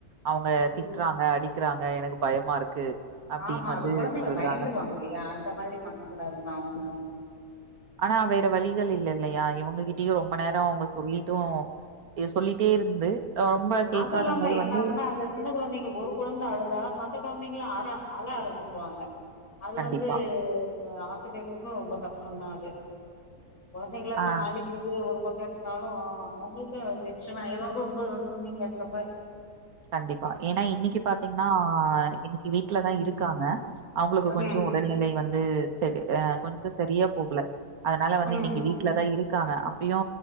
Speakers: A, on the right; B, on the left.
A: அவங்க
B: ம்
A: திட்றாங்க அடிக்கிறாங்க எனக்கு பயமா இருக்கு. அப்படின்னு
B: ஆமா
A: வந்து
B: அது கொழந்தைங்
A: சொல்றாங்க.
B: பயந்துருவாங்க இலயா அந்த மாதிரி பண்ணக் கூடாது தா அவுங்களு
A: ஆனா வேற வழிகள் இல்ல இல்லையா இவங்க கிட்டியு ரொம்ப நேர அவங்க சொல்லிட்டு இ சொல்லிட்டே இருந்து ரொம்ப கேட்காதம்போது
B: அதுல்லாம என்ன
A: வந்து
B: ஆகுனா அந்த சின்ன குழந்தைங்க ஒரு குழந்த அழுதா மத்த குழந்தைங்களு அ அழ ஆற ச்சிருவாங்க அது
A: கண்டிப்பா.
B: வந்து ஆசிரியர்கு ரொம்ப கஷ் சொன்னாது குழந்தைங்கள
A: ஆ
B: சமாளிக்கிறது ஒரு பக் ருந்தாலு அவங்களுக்கு டென்ஷன் ஆயிரு ரொம்ப குழந்தைங்க இருக்கறப்ப.
A: கண்டிப்பா ஏனா இன்னிக்கு பாத்தீங்ன்னா இன்னிக்கு வீட்லதா
B: ம்
A: இருக்காங்க. அவங்ளுக்கு கொஞ்ச
B: ம்
A: உடல்நிலை வந்து செரி அ கொஞ்ச சரியா போகல அதனால வந்து
B: ம்
A: இன்னிக்கு
B: ம்
A: வீட்ல தா இருக்காங்க அப்பியு